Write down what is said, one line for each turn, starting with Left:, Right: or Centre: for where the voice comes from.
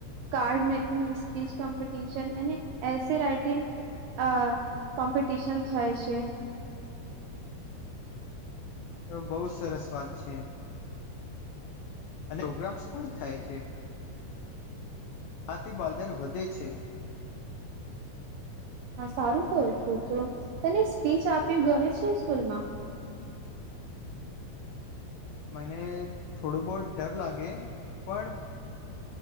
Right: કાર્ડ મેકિંગ સ્પીચ કમ્પટીશન અને એસે રાઇટિંગ અ કોમ્પિટિશન થાય છે
Left: તો બહુ સરસ વાત છે અને પ્રોગ્રામ્સ પણ થાય છે આથી બાલજન વધે છે.
Right: હા સારું કરું છું તું તને સ્પીચ આપ્યું ગમે છેને સ્કૂલ માં?
Left: મને થોડો બહુત ડર લાગે પણ